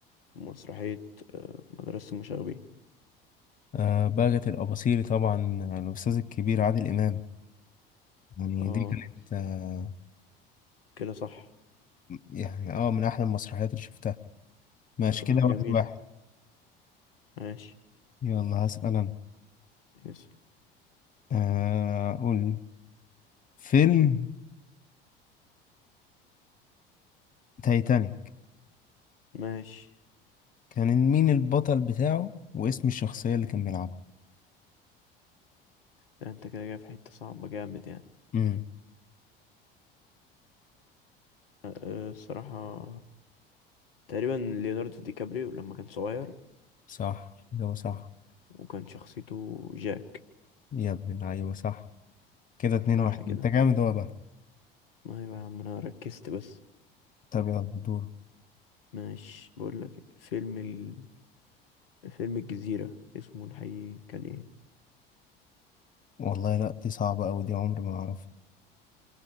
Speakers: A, on the left; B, on the left.
A: في مسرحية مدرسة المشاغبين
B: آه بهجت الأباصيري طبعا الأستاذ الكبير عادل إمام يعني
A: اه
B: دي كانت آه
A: كده صح
B: يعني اه من أحلى المسرحيات اللي شفتها ماشي
A: بصراحة
B: كده
A: جميل
B: واحد واحد
A: ماشي
B: يلا هسأل أنا
A: يس
B: آه، قول فيلم تايتانيك
A: ماشي
B: كان مين البطل بتاعه واسم الشخصية اللي كان بيلعبها
A: ده انت كده جاي في حتة صعبة جامد يعني
B: امم
A: أه الصراحة تقريبا ليوناردو دي كابريو لما كان صغير
B: صح ده صح
A: وكان شخصيته جاك
B: يا ابن اللعيبة صح كده اتنين
A: صح
B: واحد
A: كده
B: ما انت جامد هو بقى
A: ما هي بقى يا عم انا ركزت بس
B: طب يلا دور
A: ماشي بقول لك فيلم ال... فيلم الجزيرة اسمه الحقيقي كان ايه
B: والله لا دي صعبة أوي دي عمري ما أعرفها